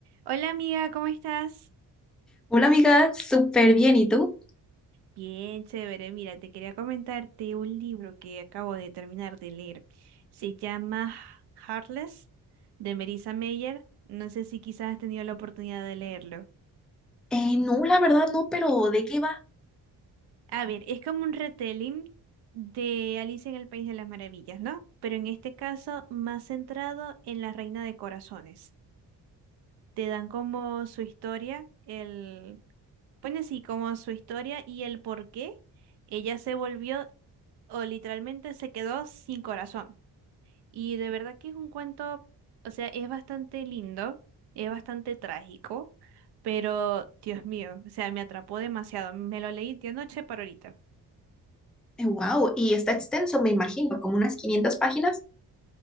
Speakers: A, on the right; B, in the centre.
A: Hola amiga, ¿cómo estás?
B: Hola amiga, súper bien. ¿Y tú?
A: Bien, chévere. Mira, te quería comentarte un libro que acabo de terminar de leer. Se llama Heartless de Marissa Meyer. No sé si quizás has tenido la oportunidad de leerlo.
B: Eh, no, la verdad no, pero ¿de qué va?
A: A ver, es como un retelling de Alicia en el País de las Maravillas, ¿no? Pero en este caso más centrado en la Reina de Corazones. Te dan como su historia, el... Pone así como su historia y el por qué ella se volvió o literalmente se quedó sin corazón. Y de verdad que es un cuento, o sea, es bastante lindo, es bastante trágico, pero Dios mío, o sea, me atrapó demasiado. Me lo leí de anoche para ahorita.
B: wow, y está extenso, me imagino, como unas 500 páginas.